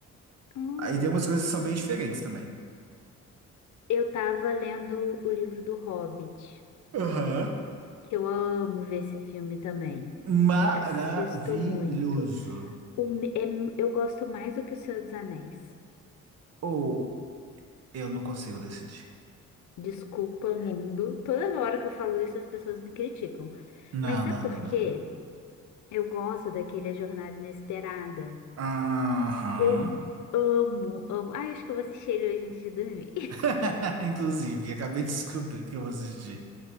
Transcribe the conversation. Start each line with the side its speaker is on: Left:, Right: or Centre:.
Left: olha.
Right: Aí tem umas coisas que são bem diferentes também.
Left: Eu tava lendo o livro do Hobbit,
Right: Aham.
Left: que eu amo ver esse filme também.
Right: Maravilhoso.
Left: Assisto muito. O me- é- eu gosto mais do que O Senhor dos Anéis.
Right: Ou eu não consigo decidir.
Left: Desculpa, mundo. Toda hora que eu falo isso, as pessoas me criticam.
Right: Não,
Left: Mas sabe
Right: não,
Left: por
Right: não, não.
Left: quê? Eu gosto daquele A Jornada Inesperada.
Right: Aham.
Left: Eu amo, amo. Ai, acho que eu vou assistir ele hoje antes de dormir.
Right: <laughs> Inclusive, acabei de descobrir que eu vou assistir.